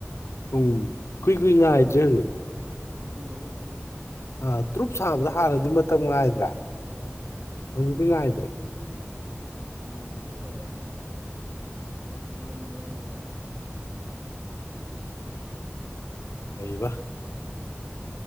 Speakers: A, on the left; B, on the right.
A: ꯎꯝ ꯀꯨꯏ ꯀꯨꯏ ꯉꯥꯏ ꯍꯥꯏꯗ꯭ꯔꯦ ꯍꯧꯖꯤꯛ
B: ꯊꯨꯔꯕꫭ ꯍꯧꯖꯤꯛ
A: ꯑ ꯗ꯭ꯔꯨꯞ ꯁꯥꯕꯗ ꯍꯥꯟꯅꯗꯤ ꯃꯇꯝ ꯉꯥꯏꯗ꯭ꯔꯥ
B: ꯑꯥ
A: ꯍꯧꯖꯤꯛꯇꯤ ꯉꯥꯏꯗ꯭ꯔꯦ
B: ꯉꯥꯏꯗꯤꯗꯨ ꯐꯔꯕꯅꯤ ꯉꯥꯏꯃꯟꯗꯅꯅꯕ
A: ꯂꯩꯕ